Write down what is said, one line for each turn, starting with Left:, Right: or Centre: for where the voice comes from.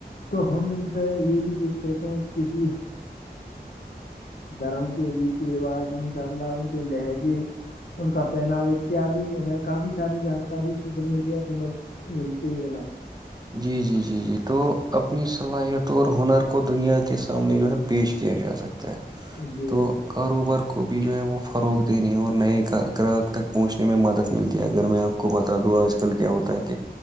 Left: تو ہم ان پہ یہ بھی دیکھ سکتے ہیں کسی دھرم کے ریتی رواج ان شاء اللہ ان کے لہجے ان کا پہناوا اتیاد ہمیں کافی ساری جانکاری سوشل میڈیا سے ملتی ہے جناب
Right: جی جی جی جی تو اپنی صلاحیتوں اور ہنر کو دنیا کے سامنے جو ہے پیش کیا جا سکتا ہے
Left: جی
Right: تو
Left: جناب
Right: کاروبار کو بھی جو ہے وہ فروغ دییننے ہے اور نئے گراہک تک پہنچنے میں مدد ملتی ہے اگر میں آپ بتا دوں آج کل کیا ہوتا ہے کہ